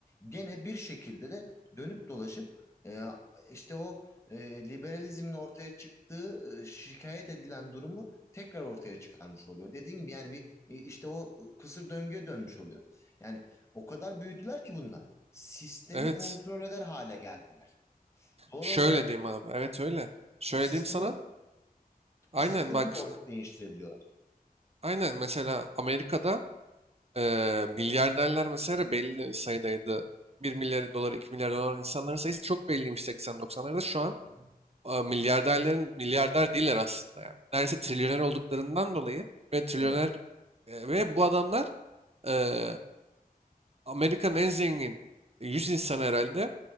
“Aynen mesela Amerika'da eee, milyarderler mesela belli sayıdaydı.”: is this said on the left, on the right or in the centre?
Right